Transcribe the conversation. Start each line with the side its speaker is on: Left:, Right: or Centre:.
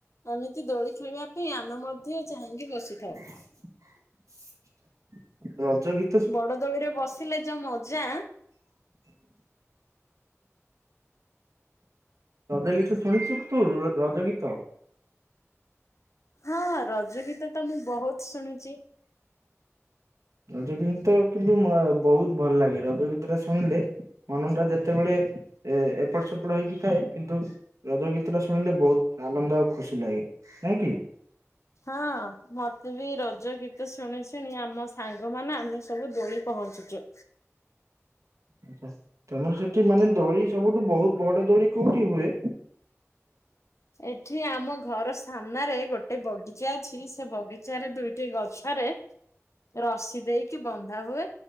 Left: ଏମିତି ଦୋଳି ଖେଳିବା ପାଇଁ ଆମେ ମଧ୍ୟ ଚାହିଁକି ବସିଥାଉ।
Right: <inaudible> ରଜ ଗୀ
Left: ବଡଦୋଳି ରେ ବସିଲେ ଯୋଉ ମଜା
Right: ରଜ ଗୀତ ଶୁଣିଚୁ ତୁ ର ରଜ ଗୀତ।
Left: ହଁ ରଜ ଗୀତ ତ ମୁଁ ବହୁତ ଶୁଣିଚି।
Right: ରଜଗୀତ କିନ୍ତୁ ମ ବହୁତ ଭଲ ଲାଗେ ରଜ ଗୀତ ଟା ଶୁଣିଲେ ମନନ ଟା ଯେତେବେଳେ ଏ ଏପଟ ସେପଟ ହେଇକି ଥାଏ କିନ୍ତୁ ରଜ ଗୀତ ଟା ଶୁଣିଲେ ବହୁତ ଆନନ୍ଦ ଆଉ ଖୁସି ଲାଗେ। ନାଁ କି।
Left: ହଁ ମତେ ବି ରଜ ଗୀତ ଶୁଣି ଶୁଣି ଆମ ସାଙ୍ଗ ମାନ ଆମେ ସବୁ ଦୋଳି ପହଞ୍ଚୁଚୁ।
Right: ଆଛା ତମର ସେଠି ମାନେ ଦୋଳି ସବୁଠୁ ବହୁତ ବଡ ଦୋଳି କୋଉଠି ହୁଏ।
Left: ଏଠି ଆମ ଘର ସାମ୍ନାରେ ଗୋଟେ ବଗିଚା ଅଛି ସେ ବଗିଚାରେ ଦୁଇଟି ଗଛ ରେ ରସି ଦେଇକି ବନ୍ଧା ହୁଏ